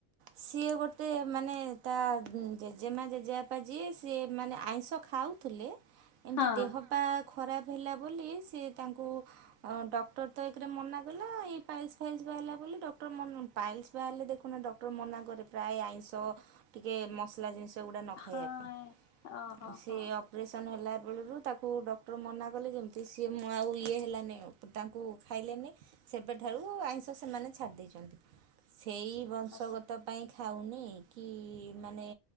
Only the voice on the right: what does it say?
ସିଏ ଗୋଟେ ମାନେ ତା ଜେଜେମା ଜେଜେବାପା ଯିଏ ସିଏ ମାନେ ଆଇଁଷ ଖାଉ ଥିଲେ। ଏମିତି
ଦେହପା ଖରାପ ହେଲା ବୋଲି ସେ ତାଙ୍କୁ ହଁ ଡକ୍ଟର ତ ଏକରେ ମନା କଲେ। ଏଇ ଫାଇଲସ୍ ଫାଇଲସ୍ ବାହାରିଲା ବୋଲି ଡକ୍ଟର ମନ ପାଇଲ୍ସ ବାହାରିଲେ ଦେଖୁନ ଡକ୍ଟର ମନା କରେ। ପ୍ରାୟ ଆଇଁଷ ଟିକେ ମସଲା ଜିନିଷ ସେଗୁଡ଼ା ନ ଖାଇବା
ପାଇଁ।
ସେ
ଅପ ଅପରେସନ୍ ହେଲା ବେଳରୁ ତାକୁ ଡକ୍ଟର ମନା କଲେ ଯେମିତି, ସିଏ ମୁ ଆଉ ଇଏ ହେଲାନି ଆଉ। ତାଙ୍କୁ ଖାଇଲେନି, ସେବେଠାରୁ ଆଇଁଷ ସେମାନେ ଛାଡ଼ି ଦେଇେଛନ୍ତି। ସେଇ ବଂଶଗତ
ପାଇଁ ଖାଉନି କି ମାନେ